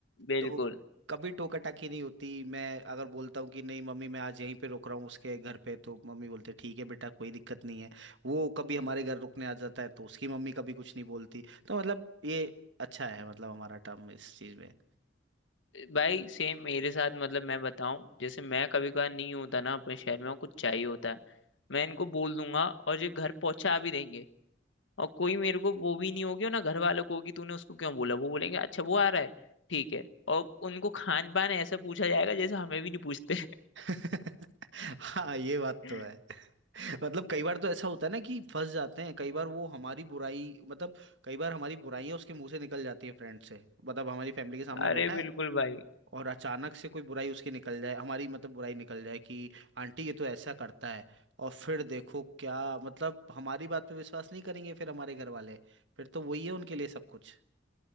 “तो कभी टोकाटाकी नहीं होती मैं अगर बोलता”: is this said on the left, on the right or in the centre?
Right